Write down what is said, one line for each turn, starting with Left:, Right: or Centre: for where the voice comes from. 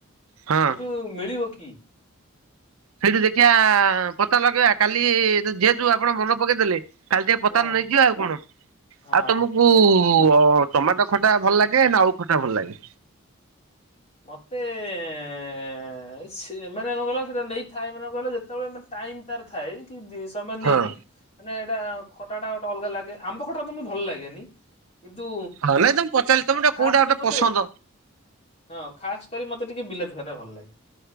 Right: ହଁ
Left: ସେଠୁ ମିଳିବ କି?
Right: ସେଇଠୁ ଦେଖିବା ପତା ଲଗେଇବା କାଲି ଯେହେତୁ ଆପଣ ମନେ ପକେଇଦେଲେ। କାଲି ଟିକେ ପତାର
Left: ହଁ
Right: ନେଇଯିବା ଆଉ କଣ
Left: ହଁ
Right: ଆଉ ତମକୁ ଓ ଟମାଟୋ ଖଟା ଭଲ ଲାଗେ ନା ଆଉ ଖଟା ଭଲ ଲାଗେ?
Left: ମତେ ଏଁ ଏଁ ସେ ମାନ କଣ କିଲ ସେଟା ନେଇ ଥାଏ ମାନେ କହିଲ ଯେତେବେଳେ ମାନେ ଟାଇମ ତାର ଥାଏ କି ସମୟ
Right: ହଁ
Left: ନେଇକି ମାନେ ଏଇଟା ଖଟା ଟା ଗୋଟେ ଅଲଗା ଲାଗେ ଆମ୍ବ ଖଟା ତମେ ଭଲ ଲାଗେନି କିନ୍ତୁ
Right: ହଁ ନାଇଁ ତମେ ପଚାରିଲି ତମେ କୋଉଟା
Left: ଖାସ
Right: ଗୋଟେ
Left: କରି ମୋତେ
Right: ପସନ୍ଦ
Left: ହଁ ଖାସ କରି ମତେ ଟିକେ ବିଲାତି ଖଟା ଭଲ ଲାଗେ।